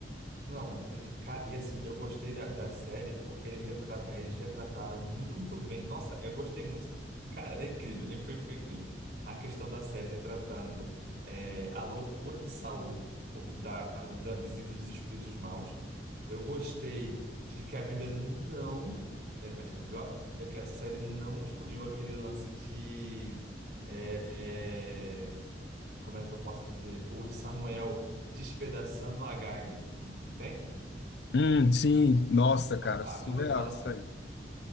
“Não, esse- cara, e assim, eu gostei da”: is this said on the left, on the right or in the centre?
Right